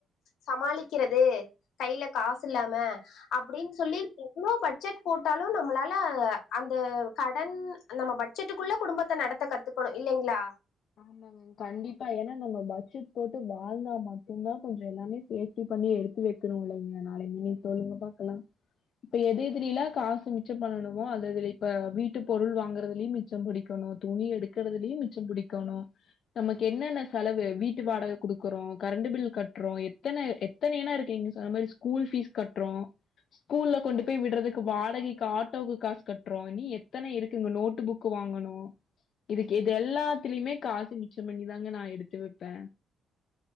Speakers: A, on the left; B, on the left.
A: சமாளிக்கிற து கைல காசு இல்லாம அப்டின் சொல்லி எவ்ளோ பட்ஜெட் போட்டாலு நம்மளால அந்த கடன் நம்ம பட்ஜெட்டுக்குள்ள குடும்பத்த நடத்த கத் த்துக்கணு இல்லைங்ளா
B: ஆமாங்க கண்டிப்பா ஏன்னா நம்ம பட்ஜெட் போட்டு வாழ்ந்தா மட்டுதா கொஞ்சோ எல்லாமே சே ரெடி பண்ணி எடுத்து வைக்கணுலங்க நாளைக்கு நீங்க சொல்லுங்க பாக்கலா இப்ப எது எ த்துலிலா காசு மிச்சோ பண்ணணுமோ அது அதுல இப்ப வீட்டு பொருள் வாங்குறதுலயு மிச்சோ புடிக்கணு துணி எடு க்றதுலயு மிச்சோ புடிக்கணு நமக்கு என்னென்ன செலவு வீட்டு வாடக குடுக்குறோ கரண்டு பில் கட்றோ எத்தன எ த்தனயனா இருக்கு நீங்க சொன்ன மாரி ஸ்கூல் ஃபீஸ் கட்றோ ஸ்கூல்ல கொண்டு போய் விட்றதுக்கு வாடகைக்கு ஆட்டோக்கு காசு கட்றோ இன்னு எத்தன இருக்குங்க நோட்டு புக் துக்கு வாங்கணு இதுக்கு இது எல்லா த்திலிமே காசு மிச்சோ பண்ணி தாங்க நா எடுத்து வெப்பே